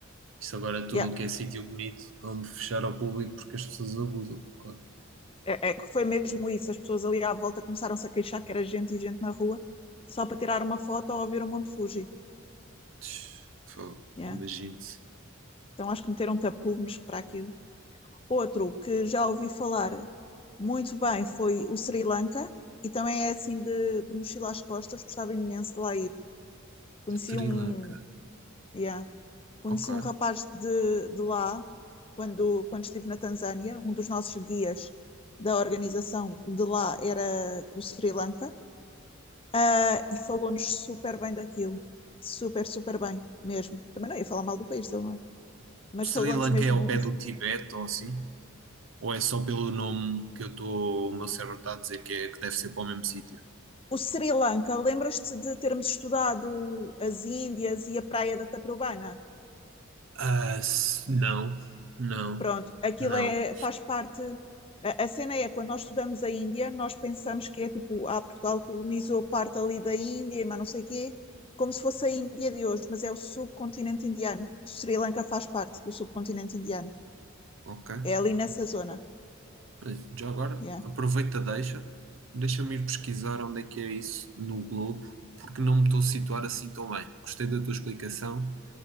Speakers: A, on the right; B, on the left.
A: Isto agora é tudo
B: Yeah.
A: o que é sítio bonito, vamos fechar ao público porque as pessoas abusam. Claro.
B: É, é que foi mesmo isso. As pessoas ali à volta começaram-se a queixar que era gente e gente na rua só para tirar uma foto ou ver o Monte Fuji.
A: Tch, Fogo.
B: Yeah.
A: Imagine-se.
B: Então acho que meteram tapumes para aquilo. Outro que já ouvi falar muito bem foi o Sri Lanka e também é assim de, de mochila às costas. Gostava imenso de lá ir. Conheci
A: Sri
B: um,
A: Lanka.
B: yeah, conheci
A: Ok.
B: um rapaz de, de lá quando, quando estive na Tanzânia. Um dos nossos guias da organização de lá era do Sri Lanka Ah, e falou-nos super bem daquilo. Super, super bem, mesmo. Também não ia falar mal do país dele, não é? Mas
A: Sri
B: falou-nos
A: Lanka
B: mesmo.
A: é ao pé do Tibete ou assim? Ou é só pelo nome que eu estou, o meu cérebro está a dizer que, é, que deve ser para o mesmo sítio?
B: O Sri Lanka, lembras-te de termos estudado as Índias e a praia da Taprobana?
A: Ah, s- não, não,
B: Pronto, aquilo
A: não.
B: é, faz parte. A, a cena é, quando nós estudamos a Índia, nós pensamos que é tipo, ah, Portugal colonizou parte ali da Índia, mas não sei quê, como se fosse a Índia de hoje, mas é o subcontinente indiano. Sri Lanka faz parte do subcontinente indiano.
A: Ok,
B: É ali
A: ok.
B: nessa zona.
A: Olha, Já agora,
B: Yeah.
A: aproveita, deixa. Deixa-me ir pesquisar onde é que é isso no globo, porque não me estou a situar assim tão bem. Gostei da tua explicação.